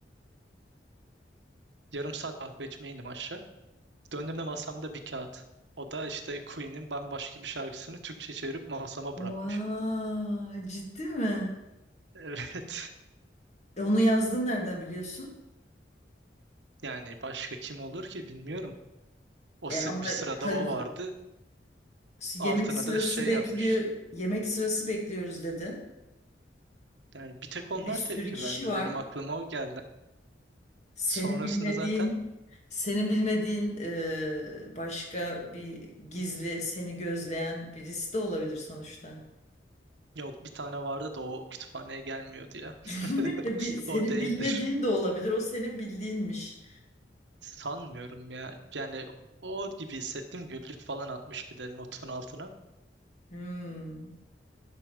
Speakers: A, on the right; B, on the left.
A: Yarım saat kahve içmeye indim aşağı. Döndüğümde masamda bir kağıt. O da işte Queen'in bambaşka bir şarkısını Türkçe çevirip masama bırakmış.
B: Vay,
A: <laughs>
B: ciddi mi?
A: Evet.
B: E onu yazdın nereden biliyorsun?
A: Yani başka kim olur ki bilmiyorum. O sı-
B: E ama
A: bir sırada
B: ka-
A: o vardı.
B: yemek
A: Altına
B: sırası
A: da şey
B: bekliyor.
A: yapmış.
B: Yemek sırası bekliyoruz dedin.
A: Yani bir tek onlar
B: E, bir sürü
A: tepki
B: kişi
A: verdi.
B: var.
A: Benim aklıma o geldi.
B: Senin
A: Sonrasında
B: bilmediğin,
A: zaten
B: senin bilmediğin e, başka bir gizli seni gözleyen birisi de olabilir sonuçta.
A: yok bir tane vardı da o kütüphaneye gelmiyordu ya.
B: <laughs>
A: <laughs>
B: E, Bir, senin
A: O değildir.
B: bilmediğin de olabilir. O senin bildiğinmiş.
A: Sanmıyorum ya. Yani o gibi hissettim. Güllük falan atmış bir de notun altına.
B: Hmm.